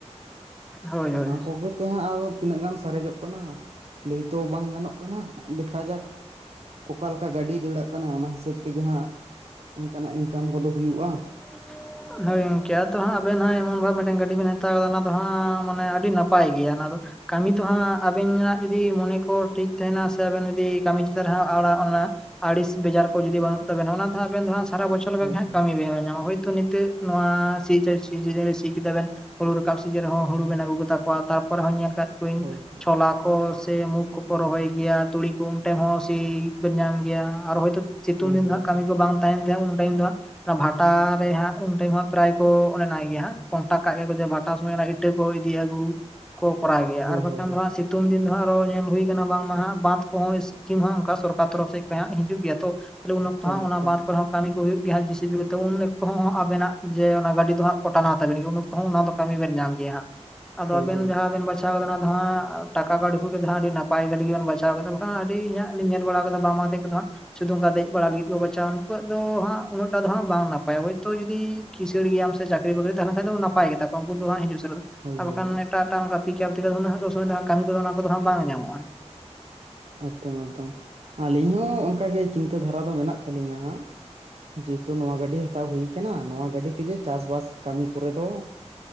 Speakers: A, in the centre; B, on the right.
A: ᱦᱳᱭ ᱦᱳᱭ
B: ᱚᱱᱟ ᱠᱚᱜᱮ ᱛᱮ ᱦᱟᱸᱜ ᱟᱨᱦᱚ ᱛᱤᱱᱟᱹᱜ ᱜᱟᱱ ᱥᱟᱨᱮᱡᱚᱜ ᱠᱟᱱᱟ ᱞᱟᱹᱭ ᱛᱚ ᱵᱟᱝ ᱜᱟᱱᱚᱜ ᱠᱟᱱᱟ ᱫᱮᱠᱷᱟ ᱡᱟᱠ ᱚᱠᱟᱞᱮᱠᱟ ᱜᱟᱹᱰᱤ ᱫᱟᱹᱲᱟᱜ ᱠᱟᱱᱟ ᱚᱱᱟ ᱦᱤᱥᱟᱹᱵ ᱛᱮᱜᱮ ᱦᱟᱸᱜ ᱚᱱᱠᱟᱱᱟᱜ ᱤᱱᱠᱟᱢ ᱠᱚᱫᱚ ᱦᱩᱭᱩᱜᱼᱟ
A: <unintelligible> ᱦᱳᱭ ᱜᱚᱝᱠᱮ ᱟᱫᱚ ᱦᱟᱸᱜ ᱟᱵᱮᱱ ᱦᱟᱸᱜ ᱮᱢᱚᱱ ᱵᱷᱟᱵ ᱢᱤᱫᱴᱮᱱ ᱜᱟᱹᱰᱤ ᱵᱮᱱ ᱦᱟᱛᱟᱣ ᱠᱟᱫᱟ ᱚᱱᱟ ᱫᱚ ᱦᱟᱸᱜ ᱢᱟᱱᱮ ᱟᱹᱰᱤ ᱱᱟᱯᱟᱭ ᱜᱮᱭᱟ ᱚᱱᱟ ᱫᱚ ᱠᱟᱹᱢᱤ ᱫᱚᱦᱟᱸᱜ ᱟᱵᱮᱱᱟᱜ ᱡᱩᱫᱤ ᱢᱚᱱᱮ ᱠᱚ ᱴᱷᱤᱠ ᱛᱟᱦᱮᱱᱟ ᱥᱮ ᱟᱵᱮᱱ ᱡᱩᱫᱤ ᱠᱟᱹᱢᱤ ᱪᱮᱛᱟᱱ ᱨᱮ ᱦᱟᱜ ᱟᱲᱟᱜ ᱚᱱᱟ ᱟᱹᱲᱤᱥ ᱵᱮᱡᱟᱨ ᱠᱚ ᱡᱩᱫᱤ ᱵᱟᱱᱩᱜ ᱛᱟᱵᱮᱱᱟ ᱚᱱᱟ ᱫᱚ ᱟᱵᱮᱱ ᱥᱟᱨᱟ ᱵᱚᱪᱷᱚᱨ ᱞᱮᱠᱟ
B: ᱦᱳᱭ
A: ᱜᱮ ᱦᱟᱜ
B: ᱦᱳᱭ
A: ᱦᱚᱭ ᱛᱚ ᱱᱤᱛᱟᱜ ᱱᱚᱣᱟ ᱥᱤ ᱪᱮᱛᱟᱱ ᱨᱮ ᱥᱤ ᱠᱮᱫᱟ ᱵᱤᱱ ᱦᱩᱲᱩ ᱨᱟᱠᱟᱵ ᱥᱤᱡᱤᱱ ᱨᱮᱦᱚ ᱦᱩᱲᱩ ᱵᱮᱱ ᱟᱹᱜᱩ ᱠᱟᱛᱟ ᱠᱚᱣᱟ ᱛᱟᱨᱯᱚᱨᱮ ᱦᱚᱸ ᱧᱮᱞ ᱠᱟᱫ ᱦᱚᱸᱧ
B: ᱦᱳᱭ ᱦᱳᱭ
A: ᱪᱷᱚᱞᱟ ᱠᱚ ᱥᱮ ᱢᱩ ᱠᱚ ᱠᱚ ᱨᱚᱦᱚᱭ ᱜᱮᱭᱟ ᱛᱩᱲᱤ ᱠᱚ ᱴᱷᱮ ᱦᱚᱸ ᱥᱤ ᱵᱤᱱ ᱧᱟᱢ ᱜᱮᱭᱟ ᱟᱨ ᱦᱚᱭ ᱛᱚ ᱥᱤᱛᱩᱝ
B: ᱦᱳᱭ
A: ᱫᱤᱱ
B: ᱦᱳᱭ
A: ᱫᱚ ᱠᱟᱹᱢᱤ ᱠᱚ ᱵᱟᱝ ᱛᱟᱦᱮᱱ ᱜᱮᱭᱟ ᱩᱱ ᱴᱟᱭᱤᱢ ᱫᱚ ᱦᱟᱜ ᱚᱱᱟ ᱵᱷᱟᱴᱟ ᱨᱮ ᱦᱟᱸᱜ ᱩᱱ ᱴᱟᱭᱤᱢ ᱦᱟᱸᱜ ᱯᱨᱟᱭ ᱠᱚ ᱚᱱᱟᱭ ᱜᱮᱭᱟ ᱦᱟᱸᱜ ᱠᱚᱱᱴᱟᱠᱴ ᱠᱟᱜ ᱜᱮᱭᱟ ᱡᱮ ᱵᱷᱟᱴᱟ ᱥᱚᱢᱚᱭ ᱤᱴᱟᱹ ᱠᱚ ᱤᱫᱤ ᱟᱹᱜᱩ ᱠᱚ ᱠᱚᱨᱟᱣ ᱜᱮᱭᱟ
B: ᱦᱳᱭ
A: ᱟᱨ ᱵᱟᱠᱷᱟᱱ
B: ᱦᱳᱭ ᱦᱳᱭ
A: ᱦᱟᱸᱜ ᱥᱤᱜ ᱥᱤᱛᱩᱝ ᱫᱤᱱ ᱫᱚ ᱦᱟᱸᱜ ᱟᱨᱦᱚ ᱧᱮᱞ ᱦᱩᱭᱩᱠᱟᱱᱟ ᱵᱟᱝᱢᱟ ᱦᱟᱜ ᱵᱟᱫᱽ ᱠᱚᱦᱚᱸ ᱥᱤᱢ ᱦᱚᱸ ᱚᱱᱠᱟ ᱥᱚᱨᱠᱟᱨ ᱛᱚᱨᱚᱯ ᱥᱮᱫ ᱠᱷᱚᱡ ᱦᱟᱸᱜ ᱦᱤᱡᱩᱜ ᱜᱮᱭᱟ ᱛᱚ ᱩᱱ
B: ᱮᱠᱫᱚᱢ
A: ᱚᱠᱛᱚ
B: ᱮᱠᱫᱚᱢ
A: ᱚᱱᱟ ᱵᱟᱫ ᱠᱚᱨᱮ ᱦᱚᱸ ᱠᱟᱹᱢᱤ ᱠᱚ ᱦᱩᱭᱩᱜ ᱜᱮᱭᱟ ᱛᱤᱡᱩᱜᱮᱛᱚ ᱩᱱ ᱚᱠᱛᱚ ᱦᱚᱸ ᱟᱵᱮᱱᱟᱜ ᱡᱮ ᱚᱱᱟ ᱜᱟᱹᱰᱤ ᱫᱚ ᱦᱟᱸᱜ ᱴᱟᱱᱟᱭ ᱛᱟᱵᱮᱱ ᱜᱮᱭᱟ ᱩᱱ ᱚᱠᱛᱚ ᱚᱱᱟ ᱫᱚ ᱠᱟᱹᱢᱤ ᱵᱮᱱ ᱧᱟᱢ ᱜᱮᱭᱟ ᱦᱟᱸᱜ ᱟᱫᱚ
B: ᱦᱳᱭ
A: ᱟᱵᱮᱱ
B: ᱦᱳᱭ
A: ᱡᱟᱦᱟᱸ ᱵᱮᱱ ᱵᱟᱪᱷᱟ ᱵᱟᱪᱟᱣ ᱦᱟᱸᱜ ᱴᱟᱠᱟ ᱠᱟᱹᱣᱰᱤ ᱦᱩᱭ ᱠᱟᱛᱮ ᱟᱹᱰᱤ ᱱᱟᱯᱟᱭ ᱜᱟᱹᱰᱤ ᱜᱮᱵᱚᱱ ᱵᱟᱪᱟᱣ ᱠᱮᱫᱟ ᱵᱟᱝᱠᱷᱟᱱ ᱟᱹᱰᱤ ᱤᱧᱟᱹᱜ ᱤᱧ ᱧᱮᱞ ᱵᱟᱲᱟ ᱠᱟᱫᱟ ᱵᱟᱝ ᱢᱟ ᱚᱫᱮ ᱠᱚᱫᱚ ᱦᱟᱸᱜ ᱥᱩᱫᱩᱝᱠᱟ ᱫᱮᱡ ᱵᱟᱲᱟ ᱞᱟᱹᱜᱤᱫ ᱠᱚ ᱵᱟᱪᱷᱟᱣᱟ ᱩᱱᱠᱩᱣᱟᱜ ᱫᱚ ᱦᱟᱸᱜ ᱩᱱᱟᱹᱜ ᱚᱱᱠᱟ ᱫᱚ ᱦᱟᱜ ᱵᱟᱝ ᱱᱟᱯᱟᱭᱟ ᱦᱚᱭᱛᱚ ᱡᱩᱫᱤ ᱠᱤᱥᱟᱲ ᱜᱮᱭᱟᱢ ᱥᱮ ᱪᱟᱠᱨᱤ ᱵᱟᱤᱨᱤ ᱛᱟᱦᱮ ᱞᱮᱱᱠᱷᱟᱱ ᱫᱚ ᱱᱟᱯᱟᱭ ᱜᱮ ᱛᱟᱠᱚᱣᱟ ᱩᱱᱠᱩ ᱫᱚ ᱦᱟᱜ ᱦᱤᱡᱩᱜ ᱥᱮᱱᱮᱜ
B: ᱦᱳᱭ
A: ᱟᱨ
B: ᱦᱳᱭ
A: ᱵᱟᱠᱷᱟᱱ ᱮᱴᱟᱜ ᱮᱴᱟᱜ ᱚᱱᱠᱟ ᱯᱤᱠᱟᱯ ᱥᱚᱵᱥᱚᱢᱚᱭ ᱠᱟᱹᱢᱤ ᱠᱚᱫᱚ ᱚᱱᱟ ᱠᱚᱫᱚ ᱦᱟᱜ ᱵᱟᱝ ᱧᱟᱢᱚᱜ-ᱟ
B: ᱮᱠᱫᱚᱢ ᱮᱠᱫᱚᱢ ᱟᱹᱞᱤᱧ ᱦᱚᱸ ᱚᱱᱠᱟᱜᱮ ᱪᱤᱱᱛᱟᱹ ᱫᱷᱟᱨᱟ ᱫᱚ ᱢᱮᱱᱟᱜ ᱛᱟᱹᱞᱤᱧᱟ ᱦᱟᱸᱜ ᱡᱮᱦᱮᱛᱩ ᱱᱚᱣᱟ ᱜᱟᱹᱰᱤ ᱦᱟᱛᱟᱣ ᱦᱩᱭ ᱠᱟᱱᱟ ᱱᱚᱣᱟ ᱜᱟᱹᱰᱤ ᱛᱮᱜᱮ ᱪᱟᱥᱵᱟᱥ ᱠᱟᱹᱢᱤ ᱠᱚᱨᱮ ᱫᱚ